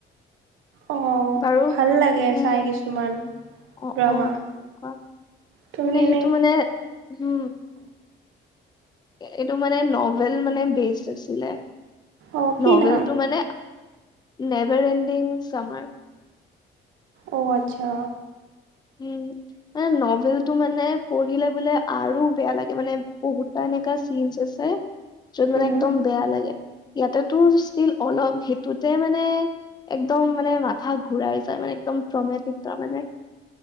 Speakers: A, on the right; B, on the left.
A: অঁ
B: বাৰু,
A: ভাল লাগে
B: উম
A: চাই কিছুমান
B: অহ
A: ড্ৰামা
B: অহ, কোৱা
A: তুমি
B: মানে
A: এনে
B: সেইটো মানে, হুম এইটো মানে নভেল মানে বেচ আছিলে।
A: অঁ কি
B: নভেলটো
A: নাম
B: মানে নেভাৰ এণ্ডিং চামাৰ
A: অ আত্চ্ছা
B: উম। মানে নভেলটো মানে পঢ়িলে বোলে আৰু বেয়া লাগে মানে বহুতটা এনেকা চিনচ আছ- এ যত মানে
A: উম।
B: একদম বেয়া লাগে। ইয়াতেতো ষ্টিল অলপ সেইটোতে মানে একদম মানে মাথা ঘূৰাই যায় মানে একদম ট্ৰমেটিক মানে।